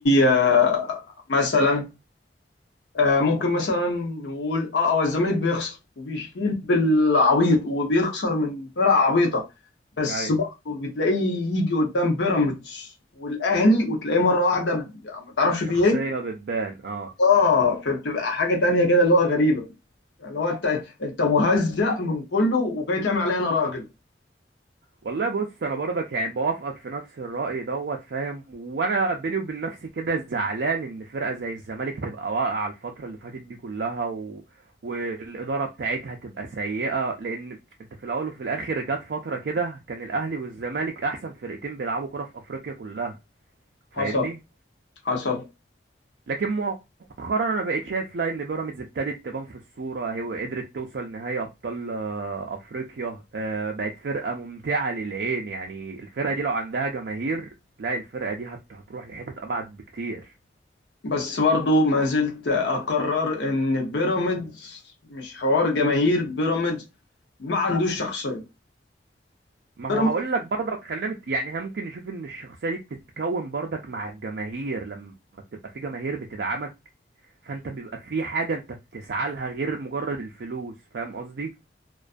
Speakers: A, on the left; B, on the right.
A: آه، مثلا آه، ممكن مثلا نقول اه هو الزمالك بيخسر وبيشيل بالعبيط وبيخسر من فرق عبيطه بس
B: ايوه
A: برضه بتلاقيه يجي قدام بيراميدز والاهلي وتلاقيه مره واحده ب- يعني ما تعرفش فيه
B: شخصية
A: ايه
B: بتبان اه
A: اه فبتبقى حاجه تانية كده اللي هو غريبه اللي هو انت انت مهزأ من كله وجاي تعمل عليا انا راجل
B: والله بص انا برضك يعني بوافقك في نفس الرأي دوت فاهم وانا بيني وبين نفسي كده زعلان ان فرقة زي الزمالك تبقى واقعة الفترة اللي فاتت دي كلها و... والإدارة بتاعتها تبقى سيئة لان انت في الاول وفي الاخر جت فترة كده كان الاهلي والزمالك احسن فرقتين بيلعبوا كرة في افريقيا كلها
A: حصل
B: فاهمني
A: حصل
B: لكن مؤخرا انا بقيت شايف لا ان بيراميدز ابتدت تبان في الصوره هي قدرت توصل نهائي ابطال آه، افريقيا آه، بقت فرقه ممتعه للعين يعني الفرقه دي لو عندها جماهير لا الفرقه دي هت- هتروح لحتت ابعد بكتير
A: بس برضو ما زلت اقرر ان بيراميدز مش حوار جماهير بيراميدز ما عندوش شخصيه
B: ما
A: بيراميدز
B: هو هقول لك برضك خلينا مت- يعني احنا ممكن نشوف ان الشخصيه دي بتتكون برضك مع الجماهير لما بتبقى في جماهير بتدعمك فانت بيبقى في حاجه انت بتسعى لها غير مجرد الفلوس فاهم قصدي